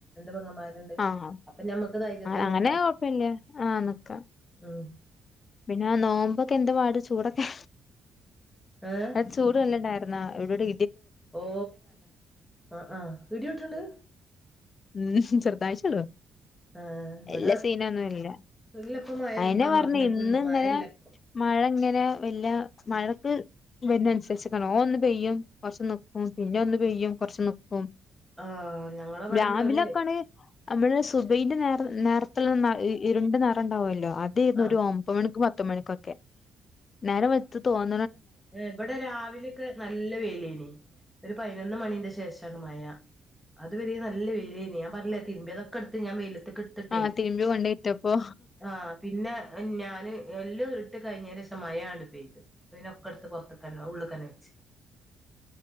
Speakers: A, in the centre; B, on the left (about 45°).
A: പങ്ങന്മാരുണ്ട്
B: ആഹ്
A: അപ്പൊ ഞമ്മക്ക് ധൈര്യത്ത്നിക്കാ
B: അങ്ങനെ കൊഴപ്പല്ല ആഹ് നിക്കാം
A: ഉം
B: പിന്നെ നോമ്പൊക്കെന്ത പാട് ചൂടൊക്കെ
A: ഏ
B: അത് ചൂട് നല്ലണ്ടായിരുന്നു അ എവിടെ
A: ഓ അ ആ ഇടി പൊട്ട്ണ്ട്
B: ഉം ചെർതായിച്ചള്ളൂ
A: ആ ഇവിടെ
B: വല്ലൃ സീനൊന്നുംല്ല
A: ഇല്ലപ്പ മഴ
B: ഐനെ
A: അമർന്നിട്ടുണ്ട്
B: പറഞ്ഞ് ഇന്ന്ങ്ങനെ
A: മഴ ഇല്ലപ്പോ
B: മഴ ഇങ്ങനെ വല്ലൃ മഴക്ക് വരുന്നനുസരിച്ച് കാണൊന്ന് പെയ്യും കൊറ്ച്ച്നിക്കും പിന്നൊന്ന് പെയ്യും കൊറ്ച്ച് നിക്കും
A: ആ ഞങ്ങളവിടെന്ന്
B: രാവിലൊക്കെണ്
A: ഒരു
B: നമ്മള് സുബ് ഹിന്റെ നേരം നേരത്ത്നിന്നാഇ ഇരുണ്ട നറണ്ടാവല്ലോ അതരുന്
A: ആ
B: ഒരമ്പത് മണി പത്ത് മണിക്കൊക്കെ നേരവെൾത് തോന
A: ഏ വിടെ രാവിലൊക്കെ നല്ല വെയില് ഒരു പൈനൊന്ന് മണീന്റെ ശേഷാണ് മയ അത് വരേ നല്ല വൈലൈഞി ഞാ പറഞ്ഞിലേ തിരുമ്പേതൊക്കെടുത്ത് ഞാൻ വൈലത്ത്ട് തിട്ടൈ
B: ആഹ് തിരുമ്പി കൊണ്ടോയിട്ടപ്പോ
A: ആ പിന്നെ ഞന് എല്ലൊട് ഇട്ട് കഴിഞേൻ്റേഷം മയാണ്ട് പൈത് അപ്പന്നെ ക്കടുത്ത് പൊറ്ത്തക്കന്നെ ഉള്ള്ക്കന്നെ